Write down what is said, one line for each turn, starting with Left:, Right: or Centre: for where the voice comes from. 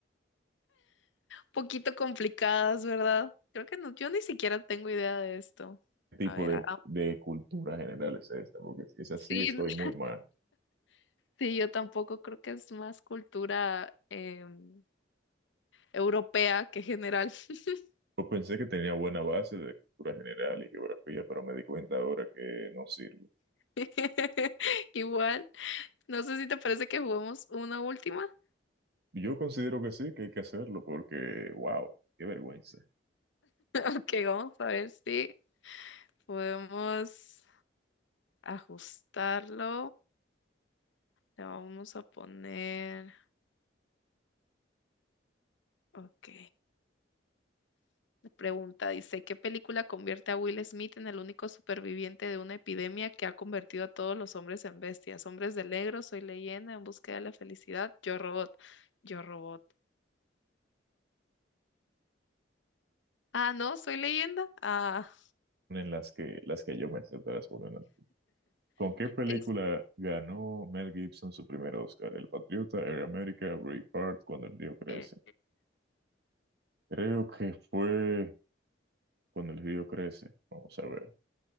Left: Poquito complicadas, ¿verdad? Creo que no, yo ni siquiera tengo idea de esto.
Right: ¿Qué tipo
Left: A ver,
Right: de,
Left: ah,
Right: de cultura general es esta? Porque si es así,
Left: sí,
Right: estoy
Left: <laughs>
Right: muy mal.
Left: sí, yo tampoco creo que es más cultura em, europea que general. <laughs>
Right: Yo pensé que tenía buena base de cultura general y geografía, pero me di cuenta ahora que no sirve.
Left: <laughs> Igual, no sé si te parece que juguemos una última. <laughs>
Right: Yo considero que sí, que hay que hacerlo, porque, wow, qué vergüenza
Left: Ok, vamos a ver si podemos ajustarlo. Le vamos a poner, ok. Pregunta, dice, ¿qué película convierte a Will Smith en el único superviviente de una epidemia que ha convertido a todos los hombres en bestias? Hombres de negro, Soy leyenda, En búsqueda de la felicidad, Yo Robot, Yo Robot. Ah, no, Soy leyenda. Ah,
Right: en las que, las que yo me sé transformar en ti. ¿Con qué película
Left: es
Right: ganó Mel Gibson su primer Oscar? El Patriota, Air America, Braveheart, Cuando el río crece.
Left: eh,
Right: Creo que fue Cuando el río crece. Vamos a ver.